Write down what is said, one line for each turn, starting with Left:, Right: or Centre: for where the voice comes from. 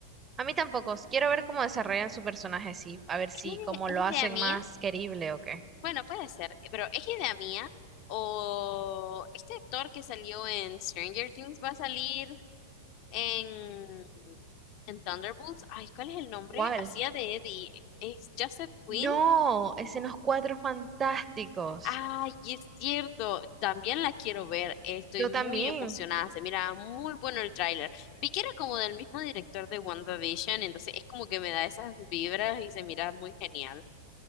Right: A mí tampoco. si Quiero ver cómo desarrollan su personaje, sí. A ver si
Left: ¿Es ide-
Right: cómo
Left: es
Right: lo hacen
Left: idea mía?
Right: más querible o qué.
Left: Bueno, puede ser, pero ¿es idea mía? ¿O este actor que salió en Stranger Things va a salir en, en Thunderbolts? Ay, ¿cuál es el nombre?
Right: ¿Cuál?
Left: Hacía de Eddie, ¿es Joseph
Right: No,
Left: Quinn?
Right: es en los Cuatro Fantásticos.
Left: Ay, es cierto, también la quiero ver, estoy
Right: Yo
Left: muy
Right: también.
Left: emocionada, se mira muy bueno el tráiler. Vi que era como del mismo director de WandaVision, entonces es como que me da esas vibras y se mira muy genial.